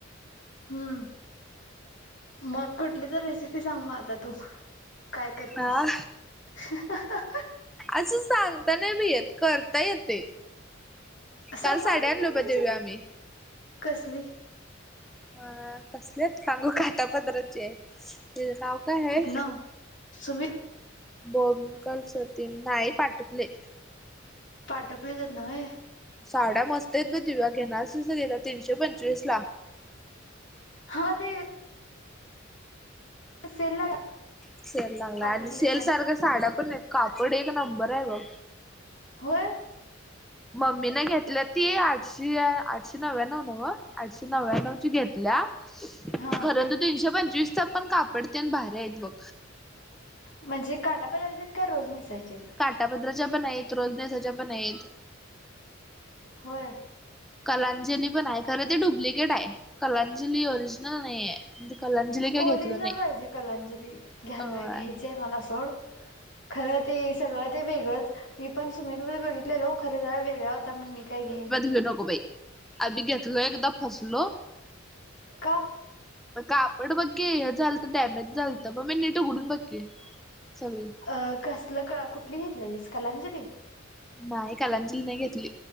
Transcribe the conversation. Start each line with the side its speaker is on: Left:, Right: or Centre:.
Left: हम्म, मग कुठली तरी रेसिपी सांग मग आता तू? काय करतेस?
Centre: हा
Left: हा हा हा....
Centre: असं सांगता नाही बाई येत, करता येतंय.
Left: सांगायला
Centre: काल साड्या
Left: येत
Centre: आणल्या
Left: नाही
Centre: बघ
Left: म्हणजे
Centre: दिव्या आम्ही.
Left: कसली?
Centre: अअअं, कसल्यात सांगू काय काठा पदराच्या, त्याच नाव काय हाय?
Left: ना सुमित
Centre: बोमकल <unintelligible> सतीं नाही पाठुकले
Left: पाठव <unintelligible> प्लिज येत ना व्हय
Centre: साड्या मस्त हेत ग दिव्या घेणार असशील तर घेजा, तीनशे पंचवीस ला.
Left: हा ते सेल ला
Centre: सेल लागला
Left: पाटकलेच्यात
Centre: आणि सेल सारख्या साड्या पण आहेत, कापड एक नंबर आहे बघ.
Left: होय,
Centre: मम्मीनं घेतल्या ती आठशे, आठशे नव्याण्व नवं आठशे नव्या्णवची घेतल्या.
Left: हा
Centre: खरं तर तीनशे पंचवीसच पण कापडनं ते भारी आहेत बघ.
Left: म्हणजे काटा पदराच्या आहेत का रोज नेसायचे?
Centre: काठापदराच्या पण आहेत, रोजनेसाच्या पण आहेत.
Left: होय.
Centre: कलांजली पण आहे, खरं ते डुप्लिकेट आहे, कलांजली ओरिजिनल नाही आहे. म्हणजे कलांजली काय
Left: ओरिजनल
Centre: घेतलं नाही
Left: पाहिजे कलांजली, घ्याला
Centre: अ
Left: -घ्याय ते मला सोड, खर ते सगळं ते वेगळंच मी पण सुमित बरोबर बघितलेलो खर जरा वेगळा होता मग मी काही घेईना
Centre: नको बाई. आदी घेतलो एकदा फसलो.
Left: का
Centre: कापड बघकी, हे झालत डॅमेज झालत, ब मी नीट उघडून बघ की सगळी.
Left: अ कसलं क कुठली घेतलेलीस कलांजली?
Centre: नाही कालांजली नाही घेतली,